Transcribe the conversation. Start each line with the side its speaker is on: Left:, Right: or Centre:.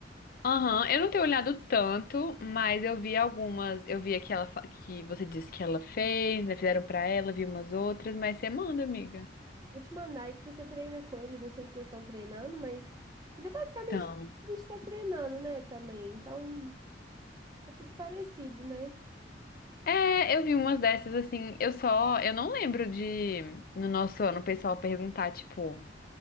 Left: Aham, eu não tenho olhado tanto, mas eu vi algumas. Eu vi aquela fa- que você disse que ela fez, né? Fizeram pra ela, vi umas outras, mas você manda, amiga.
Right: Vou te mandar aí, porque você treina com eles, não sei se vocês estão treinando, mas isso é basicamente
Left: Então.
Right: o que a gente tá treinando, né, também. Então, tá tudo parecido, né?
Left: É, eu vi umas dessas assim. Eu só. Eu não lembro de, no nosso ano, o pessoal perguntar, tipo,